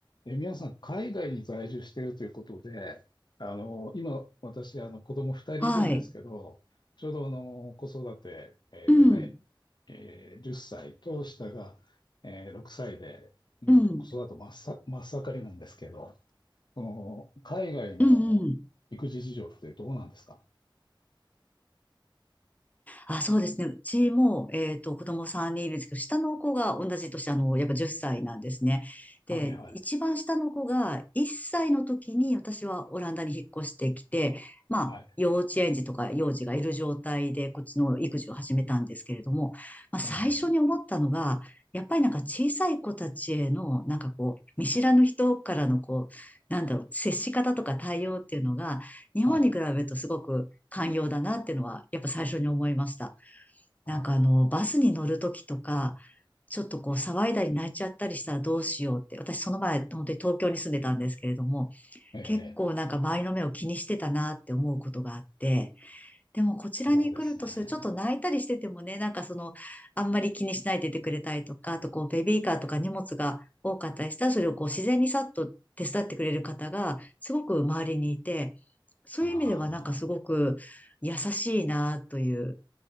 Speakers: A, on the left; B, on the left.
A: え、皆さん、海外に在住してるということで、あの、今、私、あの、子供2人いるんですけど、
B: はい。
A: ちょうど、あの、子育て、えー上が、
B: うん。
A: えー10歳と下が、えー6歳で、もう子育て真っさ、
B: うん。
A: 真っ盛りなんですけど、その、海外の育児事情ってどうなんですか
B: うんうん。あ、そうですね。うちも、えっと、子供3人いるんですけど、下の子が同じ年、あの、やっぱ10歳なんですね。で、
A: はいはい、
B: 一番下の子が1歳の時に私はオランダに引っ越してきて、まあ、
A: はい、
B: 幼稚園児とか幼児がいる状態で、こっちの育児を始めたんですけれども、まあ、最初に思ったのが、
A: ええ
B: やっぱりなんか小さい子たちへの、なんかこう、見知らぬ人からのこう、なんだろう、接し方とか対応っていうのが、日本に比べるとすごく寛容だなっていうのは、
A: はい、
B: やっぱ最初に思いました。
A: あ
B: なんかあの、バスに乗るときとか、ちょっとこう騒いだり泣いちゃったりしたらどうしようって、私その前、本当に東京に住んでたんですけれども、
A: ええ
B: 結構なんか周りの目を気にしてたなって思うことがあって、でもこちらに来るとする、
A: そうですね。
B: ちょっと泣いたりしててもね、なんかその、あんまり気にしないでいてくれたりとか、あとこう、ベビーカーとか荷物が多かったりしたら、それをこう、自然にさっと手伝ってくれる方が、すごく周りにいて、そういう意味ではなんかすごく優しいなという
A: あ